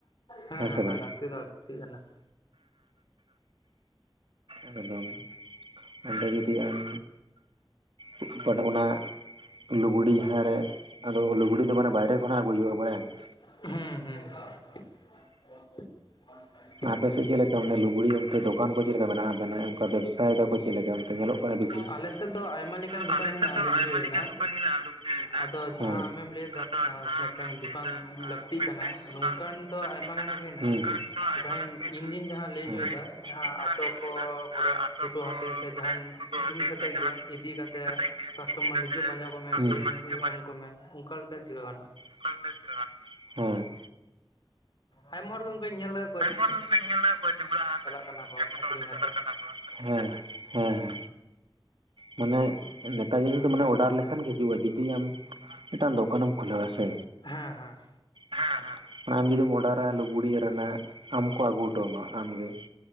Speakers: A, on the left; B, on the right.
A: ᱦᱮᱸ,
B: ᱥᱮ ᱵᱟᱝ
A: ᱞᱟᱹᱠᱛᱤ ᱫᱚ ᱞᱟᱹᱠᱛᱤᱜ ᱠᱟᱱᱟ ᱾
B: ᱮᱠᱫᱚᱢ ᱾ ᱚᱸᱰᱮ ᱡᱩᱫᱤ ᱟᱢ <unintelligible> ᱚᱱᱟ ᱞᱩᱜᱽᱲᱤ ᱡᱟᱦᱟᱨᱮ ᱟᱫᱚ ᱞᱩᱜᱽᱲᱤ ᱫᱚ ᱢᱟᱱᱮ ᱵᱟᱭᱨᱮ ᱠᱷᱚᱱᱟᱜ ᱟᱹᱜᱩᱭ ᱦᱩᱭᱩᱜᱼᱟ ᱵᱟᱲᱟᱭᱟᱢ ᱾
A: ᱦᱩᱸ ᱦᱩᱸ ᱾
B: ᱟᱯᱮᱥᱮᱫ ᱪᱮᱫ ᱞᱮᱠᱟ ᱢᱟᱱᱮ ᱞᱩᱜᱽᱲᱤ ᱚᱱᱛᱮ ᱫᱚᱠᱟᱱ ᱠᱚ ᱪᱮᱫ ᱞᱮᱠᱟ ᱢᱮᱱᱟᱜᱼᱟ ᱵᱮᱱᱟ ᱚᱱᱠᱟ ᱵᱮᱵᱽᱥᱟᱭ ᱫᱟᱠᱚ ᱪᱮᱜ ᱞᱮᱠᱟ ᱚᱱᱛᱮ ᱧᱮᱞᱚᱜ ᱠᱟᱱᱟ᱾ ᱵᱮᱥᱤ
A: ᱟᱞᱮ ᱥᱮᱫ ᱫᱚ ᱟᱭᱢᱟ ᱞᱮᱠᱟᱱ
B: ᱟᱞᱮ
A: ᱫᱩᱠᱟᱱ ᱦᱮᱱᱟᱜᱼᱟ
B: ᱥᱮᱫ ᱫᱚ
A: ᱞᱩᱜᱽᱲᱤ
B: ᱟᱭᱢᱟ ᱞᱮᱠᱟᱱ
A: ᱨᱮᱱᱟᱜ
B: ᱫᱚᱠᱟᱱ ᱦᱮᱱᱟᱜᱼᱟ ᱟᱹᱞᱩ ᱵᱷᱟᱹᱡᱤ ᱨᱮᱱᱟᱜ᱾
A: ᱟᱫᱚ ᱡᱟᱦᱟᱸ
B: ᱦᱮᱸ᱾
A: ᱟᱢᱮᱢ ᱞᱟᱹᱭᱫᱟ᱾
B: ᱟᱫᱚ ᱡᱟᱦᱟᱸ
A: ᱢᱮᱫᱴᱮᱝ
B: ᱟᱢᱮᱢ ᱞᱟᱹᱭᱫᱟ
A: ᱫᱩᱠᱟᱱ ᱞᱟᱹᱠᱛᱤᱜ
B: ᱢᱤᱫᱴᱮᱱ
A: ᱠᱟᱱᱟ
B: ᱫᱚᱠᱟᱱ
A: ᱱᱚᱝᱠᱟᱱ ᱛᱚ
B: ᱞᱟᱹᱠᱛᱤ
A: ᱟᱭᱢᱟ
B: ᱠᱟᱱᱟ
A: ᱜᱟᱱ ᱜᱮ ᱦᱮᱱᱟᱜᱼᱟ
B: ᱫᱚᱠᱟᱱ ᱫᱚ
A: ᱾
B: ᱟᱭᱢᱟ
A: ᱡᱟᱭᱤᱱ
B: ᱜᱟᱱ ᱜᱮ ᱦᱮᱱᱟᱜᱼᱟ
A: ᱤᱱᱡᱤᱱ ᱡᱟᱦᱟᱸ ᱞᱟᱹᱭ ᱪᱚᱭᱫᱟ
B: ᱤᱧ ᱫᱩᱧ
A: ᱡᱟᱦᱟᱸ ᱟᱛᱳ
B: ᱞᱟᱹᱭ ᱦᱚᱪᱚᱭᱫᱟ
A: ᱠᱚ ᱠᱚᱨᱮ
B: ᱟᱛᱳ
A: ᱴᱳᱴᱳ
B: ᱠᱚ
A: ᱦᱟᱛᱮᱜ ᱥᱮ
B: ᱠᱚᱨᱮ
A: ᱡᱟᱦᱟᱱ
B: ᱴᱳᱴᱳ ᱟᱛᱮ
A: ᱡᱤᱱᱤᱥ ᱟᱛᱮᱫ
B: ᱥᱮ ᱡᱟᱦᱟᱱ
A: ᱜᱮ ᱤᱫᱤ ᱠᱟᱛᱮᱜ
B: ᱡᱤᱱᱤᱥ ᱟᱛᱮᱫ ᱜᱮ
A: ᱠᱟᱥᱴᱚᱢᱟᱨ
B: ᱤᱫᱤ ᱠᱟᱛᱮᱫ
A: ᱱᱤᱡᱮ ᱯᱟᱸᱡᱟ ᱠᱚᱢᱮ,
B: ᱠᱟᱥᱴᱚᱢᱟᱨ
A: ᱫᱤᱭᱮ ᱩᱱᱠᱩ
B: ᱱᱤᱡᱮ
A: ᱜᱮ ᱮᱢ ᱠᱚᱢᱮ ᱚᱱᱠᱟ ᱞᱮᱠᱟ ᱪᱤᱠᱟᱹ ᱜᱟᱱᱚᱜᱼᱟ᱾
B: <inaudible> ᱦᱮ
A: ᱟᱭᱢᱟ ᱦᱚᱲ ᱜᱮ ᱚᱱᱠᱟ ᱧᱮᱞ ᱠᱟᱜ
B: ᱟᱭᱢᱟ ᱦᱚᱲ ᱜᱮ ᱚᱱᱠᱟᱧ ᱧᱮᱞ ᱠᱟᱜ ᱠᱚᱣᱟ ᱡᱮ ᱡᱷᱽᱲᱟᱴ <unintelligible>
A: ᱠᱟᱱᱟ ᱠᱚ
B: ᱮᱢ ᱦᱚᱴᱚ
A: ᱟᱠᱷᱨᱤᱧ
B: ᱠᱟᱛᱮ
A: ᱠᱟᱛᱮᱫ
B: ᱪᱟᱞᱟᱜ ᱠᱟᱱᱟ ᱠᱚ, ᱦᱮᱸ ᱦᱮᱸ ᱢᱟᱱᱮ ᱱᱮᱛᱟᱨ ᱡᱤᱱᱤᱥ ᱫᱚ ᱢᱟᱱᱮ ᱚᱰᱟᱨ ᱞᱮᱠᱷᱟᱱ ᱜᱮ ᱦᱤᱡᱩᱜᱼᱟ, ᱡᱩᱫᱤ ᱟᱢ ᱢᱤᱫᱴᱟᱝ ᱫᱚᱠᱟᱱᱮᱢ ᱠᱷᱩᱞᱟᱹᱣ-ᱟ ᱦᱮᱸ ᱥᱮ,
A: ᱦᱮᱸ ᱦᱮᱸ
B: ᱦᱮᱸ ᱦᱮᱸ ᱟᱢ ᱡᱩᱫᱤᱢ ᱚᱰᱟᱨᱟ ᱞᱩᱜᱽᱲᱤ ᱨᱮᱱᱟᱜ ᱟᱢ ᱠᱚ ᱟᱹᱜᱩ ᱦᱚᱴᱚᱣᱟᱢᱟ ᱟᱢ ᱜᱮ᱾